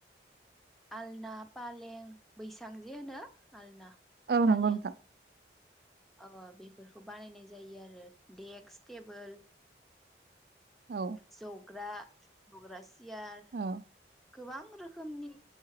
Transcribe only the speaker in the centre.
आलना फालें बैसां जे होनो आलना
फालें
अ बेफोरखौ बानायनाय जायो आरो डेक्स टेबोल
जग्रा <unintelligible> यार
गोबां रोखोमनि